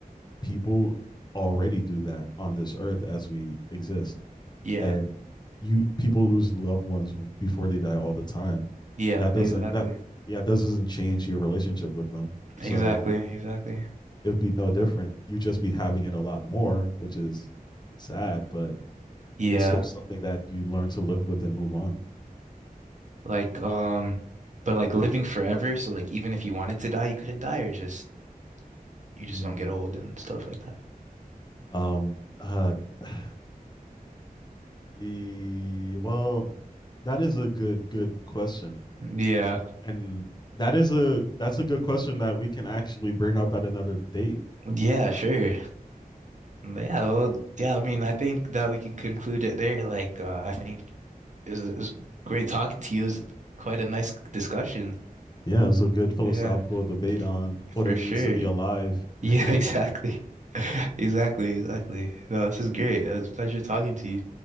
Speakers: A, on the left; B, on the right.
A: people already do that on this earth as we exist.
B: Yeah.
A: and you people lose loved ones before they die all the time.
B: Yeah,
A: That doesn't
B: exactly.
A: that yeah that doesn't change your relationship with them. So
B: Exactly. Exactly.
A: it'd be no different. You just be having it a lot more, which is sad, but
B: Yeah.
A: it's still something that you learn to live with and move on.
B: Like, um, but like living forever, so like even if you wanted to die, you couldn't die or just you
A: Mm,
B: just don't get old and stuff like that.
A: um. Uh. <sighs> e- well, that is a good good question.
B: Yeah.
A: and that is a that's a good question that we can actually bring up at another date.
B: Yeah, sure. Yeah, well, yeah, I mean, I think that we can conclude it there. Like, uh, I think It was, it was great talking to you. It was quite a nice discussion.
A: Yeah, it was a good philosophical
B: Yeah,
A: debate
B: f-
A: on what
B: for
A: it means
B: sure.
A: to be alive. <laughs>
B: Yeah,
A: All
B: <laughs> exactly. <laughs> Exactly, exactly. No, this is great. It was a pleasure talking to you.